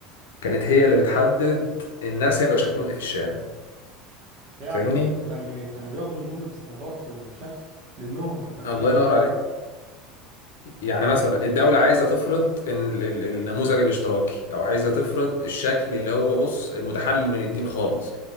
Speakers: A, on the left; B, on the right.
A: كانت هي اللي بتحدد الناس هيبقى شكلهم إيه في الشارع
B: فعلا
A: فاهمني؟
B: كنت كانوا بي... كانوا بياخدوا منهم الستايلات والشكل منهم انت كنت
A: الله
B: تشوف
A: ينور عليك يعني مثلا الدولة عايزة تفرض إن ال ال النموذج الاشتراكي أو عايزة تفرض الشكل اللي هو بص المتحلل من الدين خالص